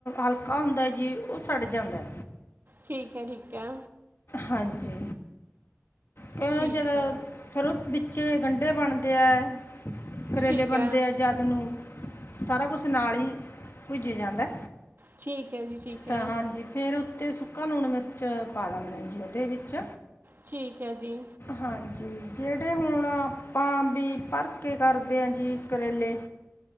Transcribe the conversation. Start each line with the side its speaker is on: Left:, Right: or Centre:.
Left: ਹਲਕਾ ਹੁੰਦਾ ਜੀ ਉਹ ਸੜ ਜਾਂਦੈ।
Right: ਠੀਕ ਐ ਠੀਕ ਐ।
Left: ਹਾਂਜੀ, ਕਿਉ
Right: ਠੀਕ
Left: ਜਦੋਂ
Right: ਹੈ
Left: ਫਿਰ ਓ ਵਿੱਚੇ ਕੰੰਢੇ ਬਣਦੇ ਐ, ਕਰੇਲੇ
Right: ਠੀਕ
Left: ਬਣਦੇ
Right: ਹੈ
Left: ਐ, ਜਦ ਨੂੰ ਸਾਰਾ ਕੁਛ ਨਾਲ ਹੀ ਪੁੱਜ ਜਾਂਦਾ।
Right: ਠੀਕ। ਹੈ ਜੀ ਠੀਕ ਹੈ
Left: ਤਾਂ ਹਾਂਜੀ ਫੇਰ ਉੱਤੇ ਸੁੱਕਾ ਲੂਣ, ਮਿਰਚ ਪਾ ਦਾਣੇ ਆਂ ਜੀ ਉਹਦੇ ਵਿੱਚ
Right: ਠੀਕ ਐ ਜੀ।
Left: ਹਾਂਜੀ ਜਿਹੜੇ ਹੁਣ ਆਪਾਂ ਵੀ ਭਰ ਕੇ ਕਰਦੇ ਆ ਜੀ ਕਰੇਲੇ